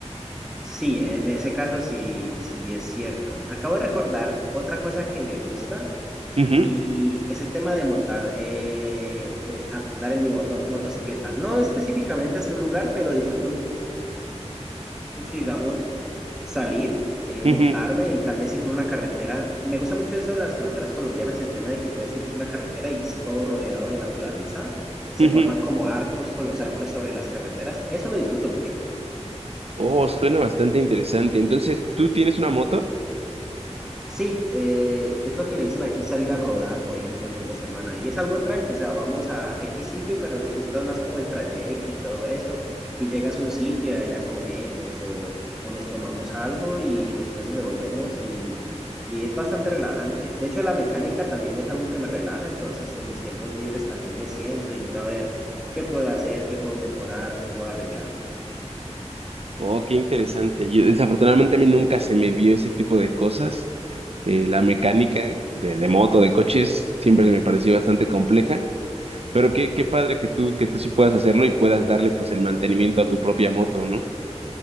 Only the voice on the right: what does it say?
Ujú,
ujú,
ujú.
Oh, suena bastante interesante. Entonces, ¿tú tienes una moto?
Oh, qué interesante. Yo, desafortunadamente a mí nunca se me dio ese tipo de cosas. Eh, la mecánica de, de moto, de coches, siempre me pareció bastante compleja. Pero qué, qué padre que tú, que tú sí puedas hacerlo y puedas darle pues el mantenimiento a tu propia moto, ¿no?